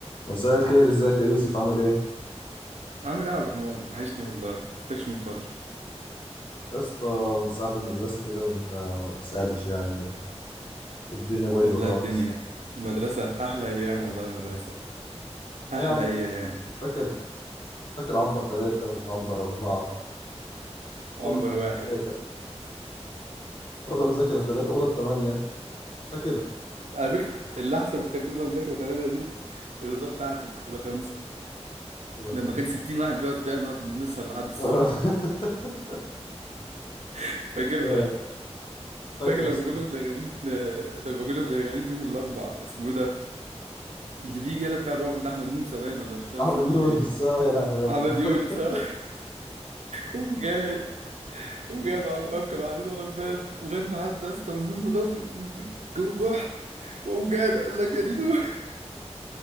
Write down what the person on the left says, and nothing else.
مساء الخير ازيك يا يوسف عامل ايه
يا اسطى من ساعة المدرسة كده وانت ما بتسألش يعني والدنيا بايظة
خالص
ايه يا عم
فاكر فاكر عنبر ثلاثة وعنبر أربعة
أوضة مذاكرة
ثلاثة أوضة مذاكرة ثلاثة أوضة ثمانية فاكر
أوضة خمسة
<laughs>
يا فاكر
يا
اسطى
أحمد
يونس
اه يا لهوي يما
<laughs>